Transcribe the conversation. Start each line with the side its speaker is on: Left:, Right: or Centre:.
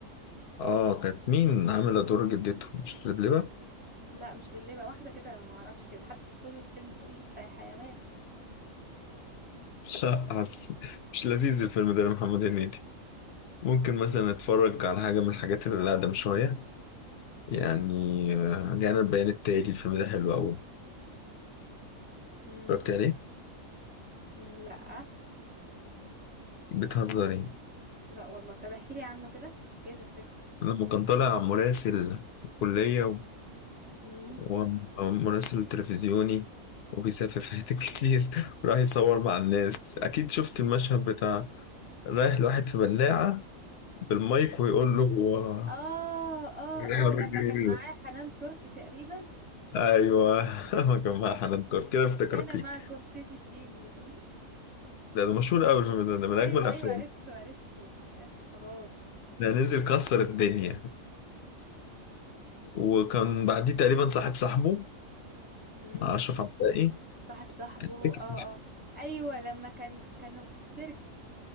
Left: اه كانت مين عاملة دور جدته مش لبلبة؟
Right: لا مش لبلبه واحده كده ما اعرفش كده حتى طول الفيلم تقول لي بتاع حيوان
Left: لا <laughs> مش لذيذ الفيلم ده لمحمد هنيدي ممكن مثلا أتفرج على حاجة من الحاجات اللي أقدم شوية يعني آه، جانا البيان التالي الفيلم ده حلو أوي
Right: امم
Left: اتفرجت عليه؟
Right: لا
Left: بتهزري
Right: لا والله طب احكي لي عنه كده جايز افتكره
Left: لما كان طالع مراسل في الكلية و-
Right: امم
Left: ومراسل تلفزيوني وبيسافر في حتت كتير <laughs> وراح يصور مع الناس أكيد شفت المشهد بتاع رايح لواحد في بلاعة بالمايك ويقول له
Right: اه اه
Left: رايح
Right: اه
Left: في خرج
Right: لما
Left: البيت.
Right: كان
Left: بيه
Right: معاه حنان ترك تقريبا
Left: <laughs> أيوه <laughs> ما كان مع حنان ترك كده افتكرتيك
Right: كان معكم سيف الدين من <laughs> مين
Left: ده ده مشهور أوي الفيلم ده ده من
Right: ايوه
Left: أجمل الأفلام
Right: ايوه عرفته عرفته عرفته خلاص
Left: ده نزل كسر الدنيا وكان بعديه تقريبا صاحب صاحبه
Right: هم
Left: مع أشرف عباقي
Right: صاحب صاحبه
Left: كان فكرة
Right: اه اه ايوه لما كان كانوا في السيرك